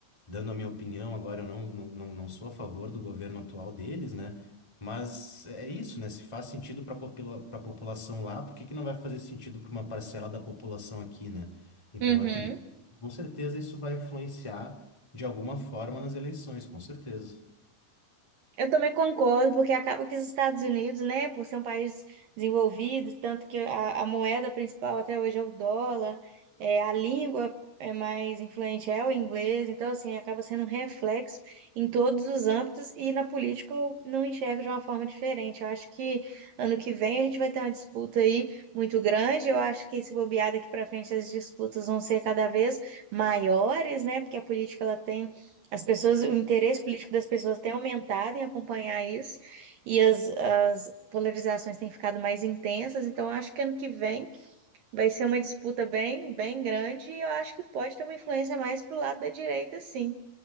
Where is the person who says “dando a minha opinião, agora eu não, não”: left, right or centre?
Left